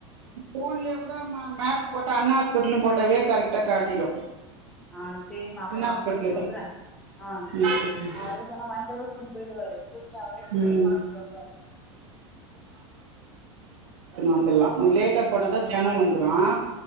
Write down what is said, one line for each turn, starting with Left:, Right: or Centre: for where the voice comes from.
Right: போன்லயே கூட மேப் போட்டா அண்ணா ஹாஸ்பிட்டலும் போட்டாவே கரெக்டா காட்டிடும்
Centre: ஆஹ் சரிமா அப்ப நான்
Right: ஹாஸ்பிட்டலு
Centre: அவங்களிட்ட சொல்றேன்
Right: தா
Centre: ஆஹ்
Right: ம்
Centre: அவருட்ட சொன்னா வண்டில கூட கூட்டீட்டு போயிடுவாரு அவரே கூடருந்து
Right: ம்
Centre: பாத்துபாரு வருவாரு
Right: வந்துலாம் ஆ லேட்டா
Centre: ம்
Right: போனா தா ஜன வந்து ஆஹ